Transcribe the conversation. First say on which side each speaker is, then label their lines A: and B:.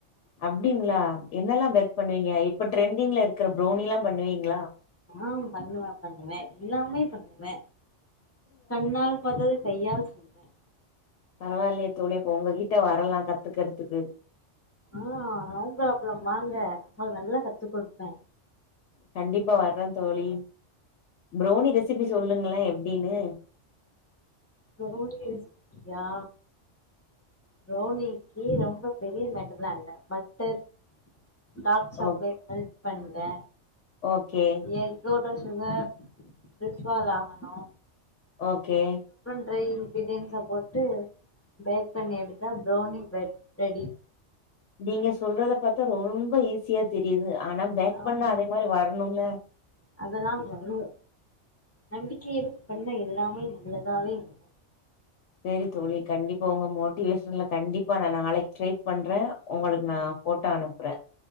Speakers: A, on the left; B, on the left.
A: அப்டிங்ளா என்னெல்லா பேக் பண்ணுவீங்க இப்ப ட்ரெண்டிங்ல இருக்ற ப்ரோனில்லா பண்ணுவீங்ளா
B: ஆ பண்ணுவே பண்ணுவே எல்லாமே வே கண்ணால் பாத்தது கையால் செய்வே
A: பரவால்லையே தோழி அப்ப உங்ககிட்ட வரலா கத்துக்றதுக்கு
B: ஆ வாங்க அப்ளம் வாங்க நா நல்லா கத்து குடுப்பே
A: கண்டிப்பா வர்றே தோழி ப்ரௌனி ரெசிபி சொல்லுங்களே எப்டின்னு
B: ப்ரௌனி ரெசிபியா ப்ரௌனிக்கு ரொம்ப பெரிய மேட்டர்லால்ல butter dark chocolate
A: okay
B: melt பண்ணி க
A: ஓகே
B: எக்கோடஷ் சுகர் டிஸ்வால் ஆகணூ
A: ஓகே
B: ட்ரை இன்க்ரிடியன்ஸ போட்டு பேக் பண்ணி எடுத்தா ப்ரௌனி பெட் ரெடி
A: நீங்க சொல்றத பாத்தா ரொம்ப ஈஸியா தெரியுது ஆனா பேக்
B: ஆமா
A: பண்ணா அதே மாரி வரணூல
B: அதெல்லா வரூ நம்பிக்கை எடுத்து பண்ண எல்லாமே நல்லதாவே வரூ
A: செரி தோழி கண்டிப்பா உங்க மோட்டிவேஷன்ல கண்டிப்பா நா நாளைக்கு ட்ரை பண்றே உங்களுக்கு நா போட்டோ அனுப்புறே